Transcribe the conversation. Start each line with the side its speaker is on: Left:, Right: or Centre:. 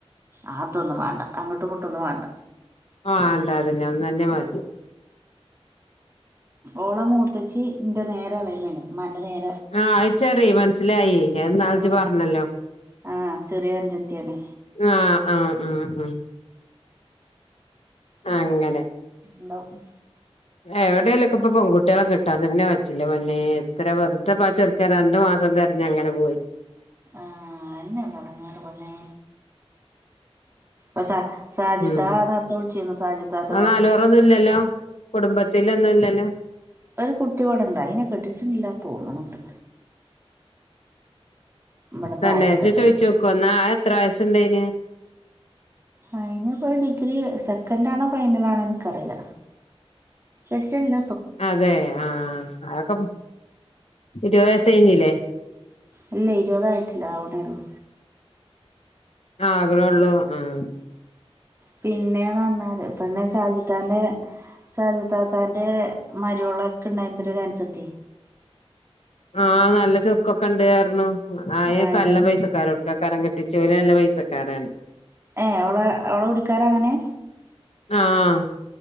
Right: ആ അതൊന്നും വേണ്ട അങ്ങോട്ടും ഇങ്ങോട്ടുംൊന്നും വേണ്ട
Left: ആഹ അണ്ടാ അതന്നെ ഒന്ന് തന്നെ മതി
Right: ഉം ഓള മുൂത്തച്ചച്ച് എൻ്റെ നേരെ അളയ വേ മല്ല നേര
Left: അഹ് അത് ചെറി മനസ്സിലായി ഇന്നാള് ഇജ്ജ്
Right: ഉം
Left: പറഞ്ഞല്ലോ
Right: ആ ചെറിയ അനുജത്തിയാണ്
Left: ആഹ ആഹ ഉഹ ഉ അങ്ങനെ
Right: ഉണ്ടാവും
Left: എവിടെലൊക്ക ഇപ്പ പെൺകുട്ട്യാളെ കിട്ടാതന്നേ വജ്ജ്ല്ലാ പൊന്നെ എത്ര വെറുതെപ്പാ ചെറ്ക്കൻ ര രണ്ടു മാസം തിരഞ്ഞഞ് അങ്ങനെ പോയി
Right: ആഹ എന്നെ ഇവിട അവിടെങ്ങറ്പന്നേ അ സ സാജിത്താ
Left: ഉം
Right: അത്ത ഉഴിച്ചിന്ന് സാജിത്തത്തക്ക
Left: അത് നാലുപൊറൊന്നും ഇല്ലല്ലോ കുടുംബത്തിലൊന്നും ഇല്ലല്ലോ
Right: ഒരു കുട്ടി വടെണ്ട അയിനെ കെട്ടിച്ചിില്ലാ തോന്നണുണ്ട് ഇവിടെ
Left: തന്നെ
Right: താഴത്ത്
Left: ജ്ജ് ചോയിച്ചോക്കു എന്നാ എത്ര വയസ് ഇണ്ടേന്
Right: അയിനിപ്പോൊ ഡിഗ്രി സെക്കൻഡ ആണോ ഫൈനൽ ആണോ എനിക്കറില്ല എടട്ടണ്ട
Left: അതെ ആഹ അതൊക്കെ ഇരു വയസഞ്ഞില്ലേ
Right: അല്ല ഇരുപതായിട്ടില്ല ആവണേള്ളു
Left: ആകണൊള്ളൂ ആഹ്
Right: പിന്നെന്ന് പറഞ്ഞാല്െന്നെ ഷാജിദാന്റെ സാധ്യത്താത്തൻന്റെ മരിവള ഒക്കെ ഉണ്ടതി ഒരുനുസത്തി
Left: ആഹ നല്ല ചുക്കൊക്കെ ഉണ്ട് കാരരുന്നു ആയക്കെ
Right: ആഹ് അയിന്റെ
Left: നല്ല പൈസക്കൊരക്ക കരം കെട്ടി ച്ചരെ നല്ല പൈസക്കാരാണ്
Right: ഏ അവള് അവള കുടിക്കാര് അങ്ങനെ
Left: ആഹ